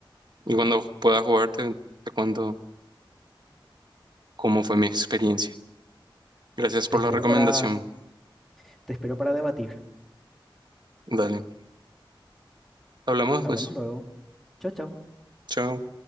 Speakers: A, on the right; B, in the centre.
A: Y cuando pueda jugar te te cuento cómo fue mi experiencia. Gracias
B: Te
A: por
B: espero
A: la recomendación.
B: para, te espero para debatir.
A: Dale. Hablamos después.
B: Hablamos luego. Chao, chao.
A: Chao.